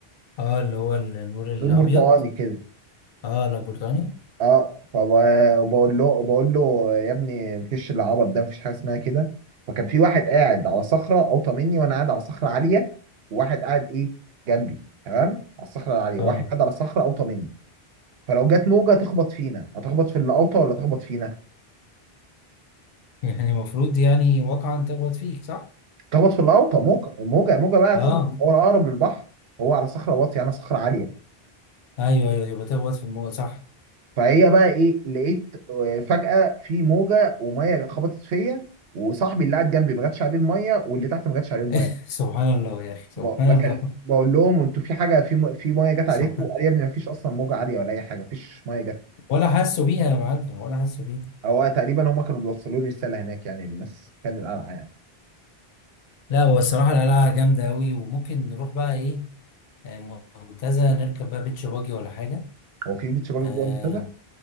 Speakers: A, on the left (about 65°); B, on the right (about 75°).
A: آه، اللي هو النور الابيض
B: دور برتقاني كده
A: اه لابورتاني
B: اه فب- وبقول له بقول له يا ابني مفيش العبط ده مفيش حاجه اسمها كده فكان في واحد قاعد على صخره اوطى مني وانا قاعد على صخره عاليه وواحد قاعد ايه جنبي تمام على الصخره العاليه
A: اه
B: واحد قاعد على صخره اوطى مني فلو جت موجه تخبط فينا هتخبط في اللي اوطى ولا تخبط فينا
A: يعني المفروض يعني واقعا تخبط فيك صح؟
B: تخبط في اللي اوطى موجه موجه موجه بقى
A: اه
B: تخبط هو اقرب للبحر هو على صخره واطيه انا صخره عاليه
A: ايوه ايوه يبقى تخبط في الموضوع صح
B: فهي بقى ايه لقيت آه، فجاه في موجه وميه خبطت فيا وصاحبي اللي قاعد جنبي ما جاتش عليه الميه واللي تحت ما جاتش عليه الميه
A: <laughs> سبحان الله يا اخي سبحان
B: ب- بكل
A: الله
B: بقول لهم انتوا في حاجه في م- في ميه جت
A: <laughs> سبحان
B: عليكم قال لي يا ابني ما فيش اصلا موجه عاليه ولا اي حاجه ما فيش ميه جت
A: ولا حاسه بيها يا معلم ولا حاسه بيها
B: هو تقريبا هم كانوا بيوصلوا لي رساله هناك يعني الناس كانت قلقانه يعني
A: لا هو الصراحه القلعه جامده قوي وممكن نروح بقى ايه آه، منتزه نركب بقى بيتش باجي ولا حاجه
B: هو في بيتش باجي
A: اه
B: جوه المنتدى